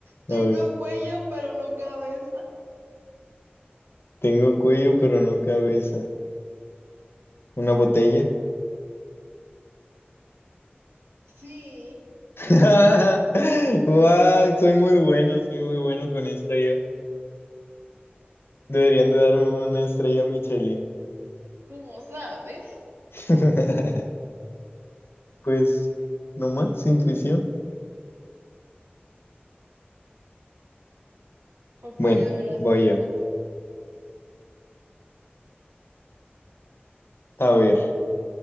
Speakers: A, on the right; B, on the left.
A: Tengo
B: A ver,
A: cuello, pero no cabeza.
B: tengo cuello, pero no cabeza. ¿Una botella?
A: Sí,
B: <laughs> ¡Wow! Soy muy bueno, soy muy bueno con esto yo. Deberían de darme una estrella Michelin.
A: ¿cómo sabes?
B: <laughs> Pues, no más intuición.
A: Ok,
B: Bueno,
A: a ver, hazme
B: voy yo.
A: una tú.
B: A ver.